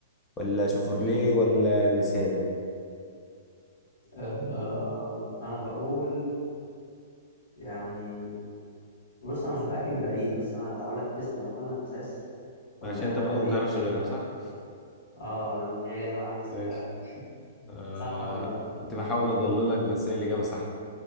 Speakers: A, on the left; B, on the left.
A: ولا شوفرليه
B: امم
A: ولا نيسان
B: آه آه، انا بقول يعني بص انا مش متاكد من الباقيين بس انا هقول لك تسلا مثلا اساس والباقي
A: عشان انت
B: بقى
A: برضه
B: ايه
A: ما تعرفش
B: يعني
A: غيرها
B: بالبركه
A: صح
B: اه هي جايه معايا
A: <laughs>
B: تسلا
A: ماشي
B: مش عارف ليه
A: آه
B: صح ولا لا
A: كنت بحاول اضللك بس هي الاجابه صح